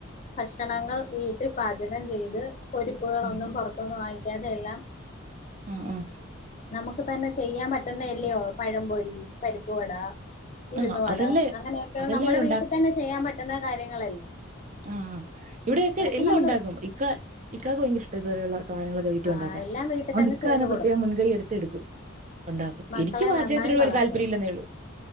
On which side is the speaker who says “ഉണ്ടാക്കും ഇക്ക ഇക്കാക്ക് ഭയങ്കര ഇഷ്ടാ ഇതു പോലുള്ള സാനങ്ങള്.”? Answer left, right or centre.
Right